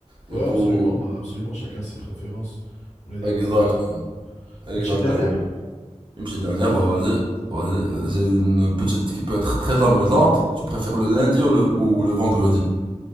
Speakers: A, on the left (about 65°); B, on the right (about 40°).
A: Ouais,
B: Du coup,
A: absolument. Bah, absolument. Chacun ses préférences. On est d'accord
B: exactement,
A: sur ça.
B: exactement.
A: Une petite dernière?
B: Une petite dernière, bah, vas-y. Vas-y, j'ai une petite qui peut être très amusante. Tu préfères le lundi ou le, ou le vendredi?